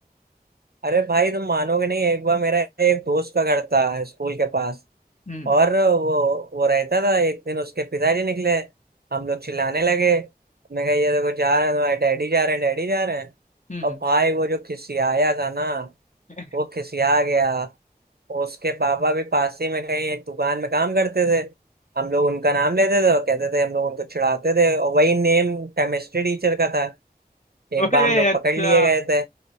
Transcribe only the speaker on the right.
अरे भाई तुम मानोगे नहीं एक बार मेरा एक दोस्त का घर था स्कूल के पास
और वो वो रहता था एक दिन उसके पिताजी निकले हम लोग चिल्लाने लगे मैं कहा ये देखो जा रहे हैं तुम्हारे डैडी जा रहे हैं डैडी जा रहे हैं
और
भाई वो जो खिसियाया था ना
वो खिसिया गया उसके पापा भी पास ही में कहीं एक दुकान में काम करते थे हम लोग उनका नाम लेते थे और कहते थे हम लोग उनको चिढ़ाते थे और वही नेम केमिस्ट्री टीचर का था एक
बार हम लोग
पकड़ लिए गए थे